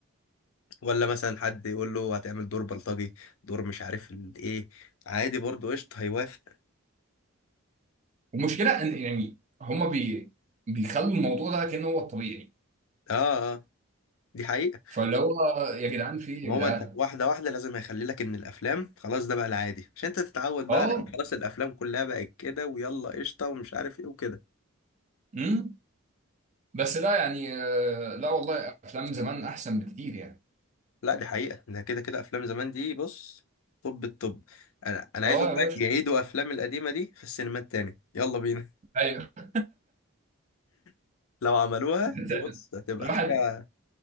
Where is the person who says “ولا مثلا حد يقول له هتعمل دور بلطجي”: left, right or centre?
Left